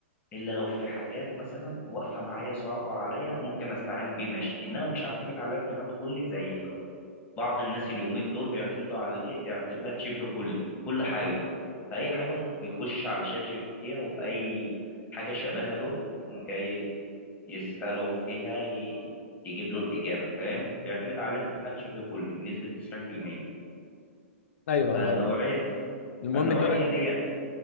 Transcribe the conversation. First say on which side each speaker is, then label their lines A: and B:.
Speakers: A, on the left (about 25°); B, on the left (about 70°).
A: إلا لو في حاجات مثلا واقفة معايا صعبة عليا ممكن أستعين بيه ماشي إنما مش هعتمد عليه اعتماد كلي زي بعض الناس اليومين دول بيعتمدوا عليه اعتماد شبه كلي كل حاجة فأي حاجة ممكن يخش على شات جي بي تي أو أي حاجة شبيهة له يقوم جاي يسأله فيها ي- يجيب له الإجابة فاهم بيعتمد عليه اعتماد شبه كلي بنسبة 90%
B: ايوه
A: فالنوعية
B: هو المهم
A: فالنوعية
B: دلوقتي
A: دي يعني